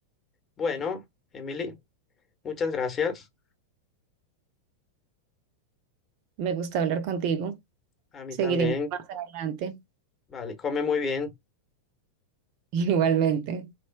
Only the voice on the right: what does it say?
Me gusta hablar contigo.
Seguiremos
más adelante.
<laughs> Igualmente.